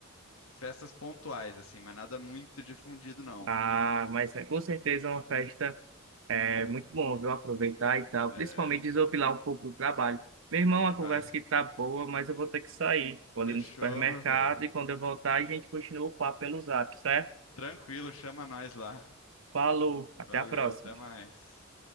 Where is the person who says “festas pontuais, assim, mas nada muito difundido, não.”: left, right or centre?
Left